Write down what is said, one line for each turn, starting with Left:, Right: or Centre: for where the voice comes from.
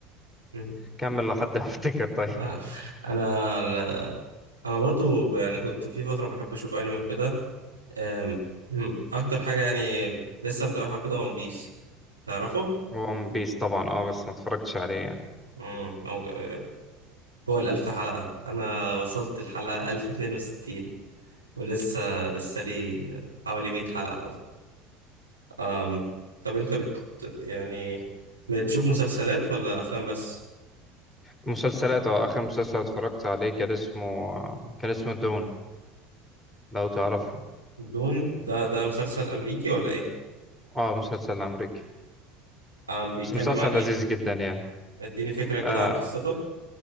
Right: مم.
Centre: كمل لحد ما افتكر طيب
Right: <laughs> آه، انا ال- انا برضو ب- يعني كنت في فتره بحب اشوف انمي وكده آم، مم، اكتر حاجه يعني لسه متابعها وكده ون بيس تعرفه
Centre: ون بيس طبعا اه بس ما اتفرجتش عليه يعني
Right: مم، هو آه، هو الالف حلقه انا وصلت الحلقه 1062 ولسه لسه لي حوالي 100 حلقه أهو. آم، طب انت بت يعني بتشوف مسلسلات ولا افلام بس
Centre: مسلسلات اه اخر مسلسل اتفرجت عليه كان اسمه آه، كان اسمه دون لو تعرفه
Right: دون ده ده مسلسل أمريكي ولا إيه؟
Centre: اه مسلسل امريكي
Right: آم بيتكلم
Centre: بس مسلسل
Right: عن إيه؟
Centre: لذيذ جدا يعني
Right: اديني فكرة
Centre: آه
Right: كده عن قصته